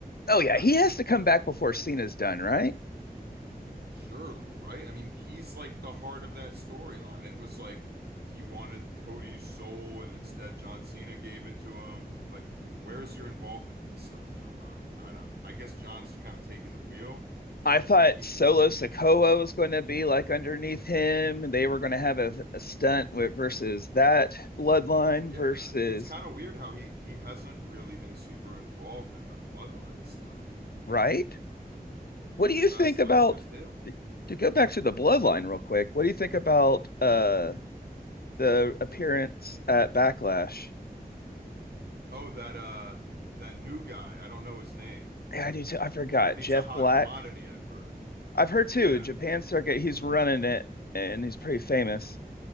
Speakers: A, on the left (about 70°); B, on the right (about 80°).
A: Oh, yeah.
B: He's not
A: He
B: done.
A: has to come back before Cena's done, right?
B: Surely, right? I mean, he's like the heart of that storyline. It was like he wanted Cody's soul, and instead John Cena gave it to him. Like, where's your involvement in this stuff now, Rock? I don't, I guess John's kind of taking the wheel,
A: I thought
B: but he's
A: Solo
B: supposed to
A: Sikoa
B: be involved.
A: was going to be like underneath him. They were going to have a, a stunt with versus that bloodline
B: Yeah,
A: versus,
B: it's kind of weird how he he hasn't really been super involved in the bloodline stuff
A: right? What
B: because
A: do you think
B: that's
A: about
B: like that's him.
A: to, to go back to the bloodline real quick? What do you think about uh the appearance at Backlash?
B: Oh, that uh that new guy, I don't know his name,
A: Yeah, I do too. I forgot.
B: but
A: Jeff
B: he's a hot
A: Black.
B: commodity, I've heard.
A: I've heard too,
B: Yeah,
A: Japan circuit, he's running it and he's pretty famous.